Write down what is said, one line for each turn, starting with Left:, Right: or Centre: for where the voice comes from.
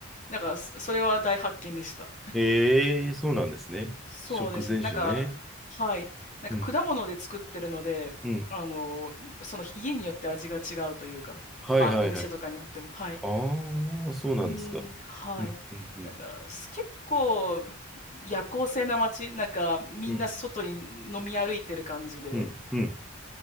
Left: だからそそれは大発見でした。
Centre: ええ、そうなんですね。
Left: そうですね。
Centre: 食前酒ね。
Left: なんか、はい。なんか果物で作ってるので、
Centre: うん、うん。
Left: あの、その家によって味が違うというか、
Centre: はいはいはい。
Left: まあお店とかによっても、はい。
Centre: ああ、そうなんですか。
Left: うん、はい。
Centre: うん、うん、うん、
Left: なんか、す結構夜行性な街、なんかみんな外に飲み歩いてる感じで、
Centre: うん、うん、うん。